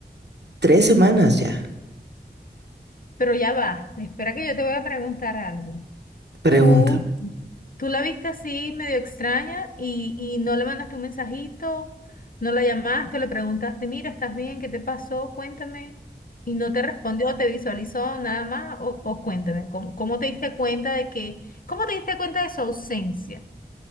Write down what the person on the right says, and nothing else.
tres semanas ya.
Pregúntame.